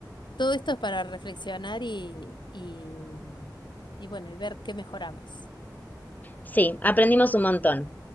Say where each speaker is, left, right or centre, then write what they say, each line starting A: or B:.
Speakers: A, on the left (about 80°); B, on the left (about 20°).
A: todo esto es para reflexionar y, y, y bueno, y ver qué mejoramos.
B: Sí, aprendimos un montón.